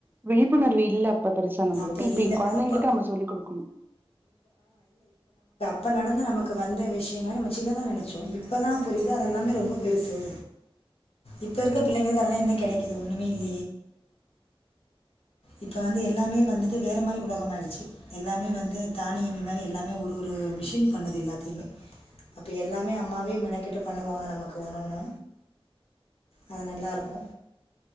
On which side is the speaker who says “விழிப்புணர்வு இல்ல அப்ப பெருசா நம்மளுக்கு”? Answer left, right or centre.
Right